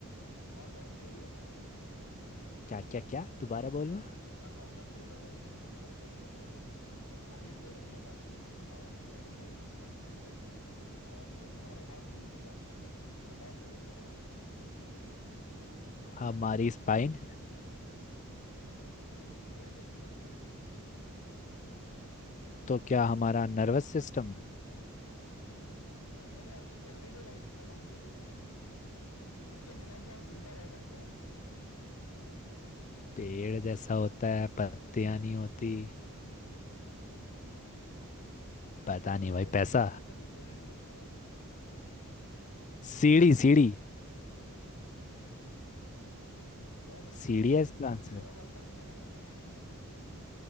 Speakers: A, on the left; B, on the left.
A: ऑलमोस्ट पेड़ ही होता है वो
B: क्या क्या क्या दोबारा बोलना
A: ऐसा कौन सा पेड़ होता है जिसमें कोई पत्ते वत्ते नहीं होते मतलब एग्जैक्टली exactly पेड़ नहीं होता अ, पेड़ लाइक स्ट्रक्चर और ये तुम्हारे बहुत यूज भी आता है मतलब बहुत जरूरी है तुम्हारे लिए
B: हमारी स्पाइन
A: स्पाइन पेड़ जैसी तो नहीं होती मित्र
B: तो क्या हमारा नर्वस सिस्टम
A: अ, नहीं आपकी एवरीडे लाइफ में बहुत जरूरी है इसके बिना भी आप जिंदा रह सकते हैं
B: पेड़ जैसा होता है पत्तियां नहीं होती पता
A: और पत्तियां
B: नहीं भाई
A: होती
B: पैसा
A: भी है तो चल लोहे की पत्तियां होती हैं
B: सीढ़ी सीढ़ी
A: कह सकता
B: सीढ़ी
A: है लेकिन
B: है इसका
A: सीढ़ियों
B: आंसर
A: में कौन पत्तियां लगाता है